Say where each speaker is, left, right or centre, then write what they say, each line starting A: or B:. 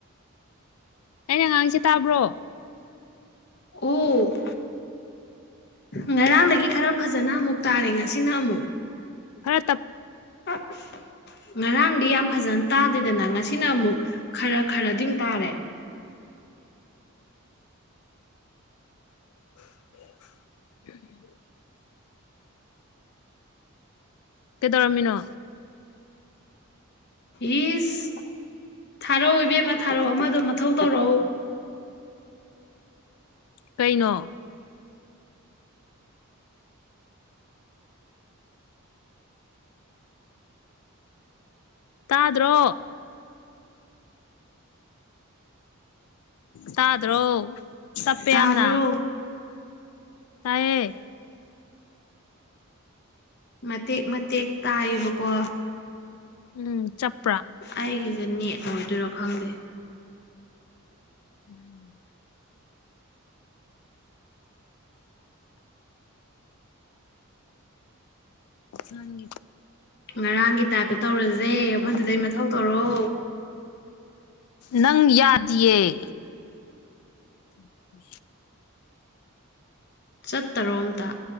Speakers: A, on the left; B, on the left.
A: ꯑꯩꯅ ꯑꯉꯥꯡꯁꯦ ꯇꯥꯕ꯭ꯔꯣ
B: ꯎ ꯉꯔꯥꯡꯗꯒꯤ ꯈꯔ ꯐꯖꯅ ꯑꯃꯨꯛ ꯇꯥꯔꯦ ꯉꯁꯤꯅ ꯑꯃꯨꯛ
A: ꯈꯔ ꯇꯞ
B: ꯑ ꯉꯔꯥꯡꯗꯤ ꯌꯥꯝ ꯐꯖꯅ ꯇꯥꯗꯦꯗꯅ ꯉꯁꯤꯅ ꯑꯃꯨꯛ ꯈꯔ ꯈꯔꯗꯤꯝ ꯇꯥꯔꯦ
A: <inaudible> <inaudible> ꯀꯩꯗꯧꯔꯝꯃꯤꯅꯣ
B: ꯏꯁ ꯊꯥꯔꯣ ꯑꯣꯏꯕꯦꯝꯃ ꯊꯥꯔꯣ ꯑꯃꯗꯣ ꯃꯊꯧ ꯇꯧꯔꯛꯎ
A: ꯀꯩꯅꯣ ꯇꯥꯗ꯭ꯔꯣ ꯇꯥꯗ꯭ꯔꯣ ꯆꯞꯄꯦ
B: ꯇꯥꯕ꯭ꯔꯣ
A: ꯌꯥꯝꯅ ꯇꯔꯌꯦ
B: ꯃꯇꯦꯛ ꯃꯇꯦꯛ ꯇꯥꯏꯌꯦꯕꯀꯣ
A: ꯎꯝ ꯆꯞꯄ꯭ꯔꯥ
B: ꯑꯩꯒꯤꯁꯦ ꯅꯦꯛꯀꯣ ꯑꯣꯏꯗꯣꯏꯔꯣ ꯈꯪꯗꯦ
A: ꯎꯝ ꯅꯪ
B: ꯉꯔꯥꯡꯒꯤ ꯇꯥꯏꯞꯇ ꯇꯧꯔꯁꯦ ꯑꯃꯗꯨꯗꯩ ꯃꯊꯧ ꯇꯧꯔꯣ
A: ꯅꯪ ꯌꯥꯗꯌꯦꯦ ꯎ
B: ꯆꯠꯇꯔꯣ ꯑꯝꯇ